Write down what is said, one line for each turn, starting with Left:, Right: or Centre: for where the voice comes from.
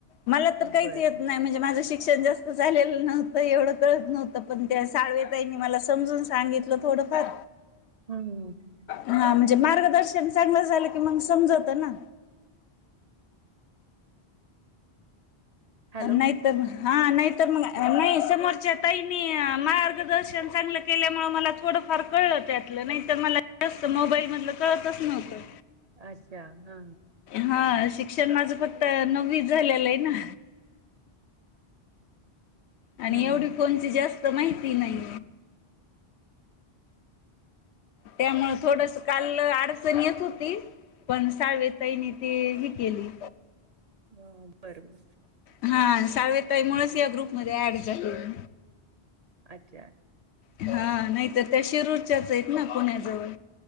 Left: मला तर काहीच
Right: बर
Left: येत नाही म्हणजे माझं शिक्षण जास्त झालेल नव्हतं एवढं कळत नव्हतं पण त्या साळवेताईनी मला समजून सांगितलं थोडंफार
Right: हम्
Left: हा म्हणजे मार्गदर्शन चांगलं झालं की मग समजवत ना
Right: हॅलो
Left: नाहीतर,, हा नाहीतर मग
Right: हा.
Left: नाही! समोरच्या ताईनींऽऽ माऽऽर्गदर्शन चांगलं केल्यामुळे मला थोडंफार कळलं त्यातलं,, नाहीतर मला जास्त मोबाईल मधऽऽ कळतच नव्हतं.
Right: अच्छा हा.
Left: हा शिक्षण माझं फक्त नववीच झालेलं आहे ना. आणि
Right: हम्म
Left: एवढी कोणती जास्त माहिती नाही. त्यामुळऽ थोडसं काल अडचण येत होती. पण साळवेताईनी ते ऽऽहि केली.
Right: हा बरोबर.
Left: हां साळवेताई मुळंच या ग्रुप मधे ऍड झालेऽऽ
Right: अच्छा.
Left: हा, नाहीतर त्या शिरूरच्याच आहेत ना पुण्याजवळ.